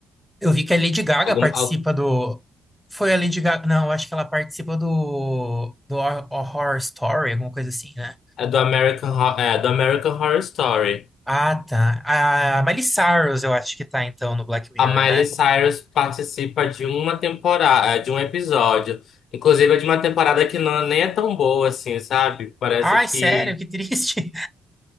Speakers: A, in the centre; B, on the left.
A: Eu vi que a Lady Gaga
B: Algum,
A: participa
B: al-
A: do. Foi a Lady Gaga. Não, eu acho que ela participa do. Do Hor- Horror Story, alguma coisa assim, né?
B: é do American, Ho- é do American Horror Story.
A: Ah, tá. A Miley Cyrus, eu acho que tá, então, no Black Mirror,
B: A Miley
A: né?
B: Cyrus participa de uma temporada, de um episódio. Inclusive, é de uma temporada que não, nem é tão boa, assim, sabe? Parece
A: Ai,
B: que.
A: sério, que triste.